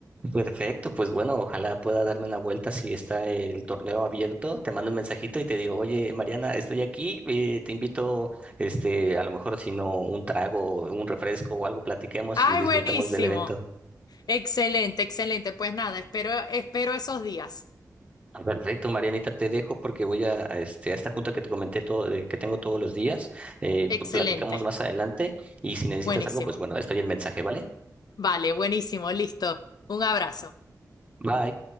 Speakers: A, on the right; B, on the left.
A: Perfecto, pues bueno, ojalá pueda darme una vuelta si está el torneo abierto. Te mando un mensajito y te digo, oye, Mariana, estoy aquí, eh, te invito, este, a lo mejor si no un trago, un refresco o algo, platiquemos
B: ¡Ay,
A: y disfrutemos
B: buenísimo!
A: del evento.
B: Excelente, excelente. Pues nada, espero, espero esos días.
A: Ah, Perfecto, Marianita, te dejo porque voy a, a este, a esta junta que te comenté todo, de- que tengo todos los días. Eh,
B: Excelente,
A: pl- platicamos más adelante y si necesitas
B: buenísimo.
A: algo, pues bueno, estoy en mensaje, ¿vale?
B: Vale, buenísimo, listo. Un abrazo.
A: Bye.